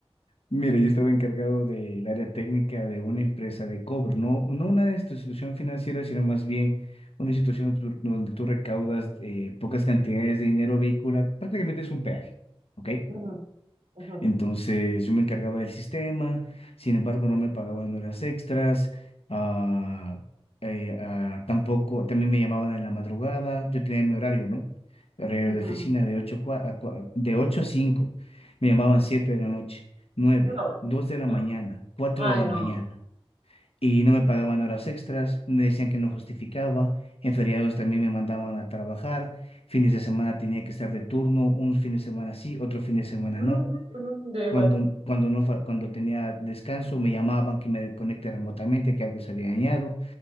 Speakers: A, on the left; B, on the right.
A: Mira, yo estaba encargado del área técnica de una empresa de cobro, no, no una institución financiera, sino más bien una institución tu- donde tú recaudas eh, pocas cantidades de dinero vehicular. Prácticamente es un peaje, ¿ok?
B: Ujú, ujú.
A: Entonces yo me encargaba del sistema, sin embargo no me pagaban horas extras, ah, eh, ah, tampoco, también me llamaban en la madrugada, yo tenía mi horario, ¿no? Horario
B: Ajá.
A: de oficina de 8, de 8 a 5, me llamaban 7 de la noche, nueve
B: No,
A: 2 de la mañana,
B: no.
A: cuatro
B: Ay,
A: de la
B: no.
A: mañana, y no me pagaban horas extras, me decían que no justificaba, en feriados también me mandaban a trabajar, fines de semana tenía que estar de turno, un fin de semana sí, otro fin de semana
B: Ujú,
A: no.
B: ujú, Yo igual.
A: Cuando, cuando, no, fa- cuando tenía descanso, me llamaban que me conecte remotamente, que algo se había dañado.